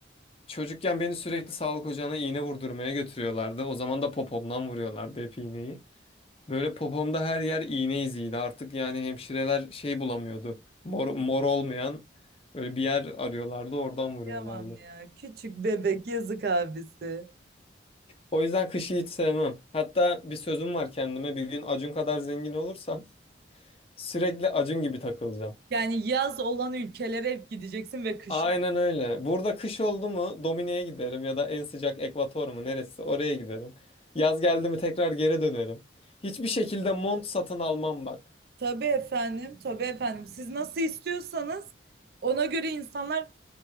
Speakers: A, on the left; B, on the right.
A: Çocukken beni sürekli sağlık ocağına iğne vurdurmaya götürüyorlardı. O zaman da popomdan vuruyorlardı hep iğneyi. Böyle popomda her yer iğne iziydi. Artık yani hemşireler şey bulamıyordu. Mor, mor olmayan böyle bir yer arıyorlardı, oradan vuruyorlardı.
B: yapamam ya. Küçük bebek yazık abisi.
A: O yüzden kışı hiç sevmem. Hatta bir sözüm var kendime. Bir gün Acun kadar zengin olursam sürekli Acun gibi takılacağım.
B: Yani yaz olan ülkelere hep gideceksin ve kış.
A: Aynen öyle. Burada kış oldu mu Domine'ye giderim ya da en sıcak Ekvator mu neresi oraya giderim. Yaz geldi mi tekrar geri dönerim. Hiçbir şekilde mont satın almam bak.
B: Tabii efendim, tabii efendim. Siz nasıl istiyorsanız ona göre insanlar